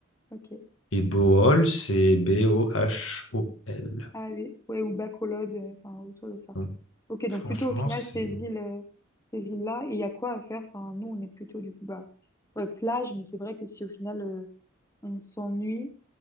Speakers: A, on the left; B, on the left.
A: ok.
B: Et Boal, c'est B-O-H-O-L.
A: Ah oui, ouais, ou Bacolod, euh, enfin, autour de ça.
B: Donc,
A: Ok, donc
B: franchement,
A: plutôt au final,
B: c'est.
A: ces îles, euh, ces îles-là, et il y a quoi à faire? Enfin, nous, on est plutôt du coup, bah, ouais, plage, mais c'est vrai que si au final, euh, on s'ennuie.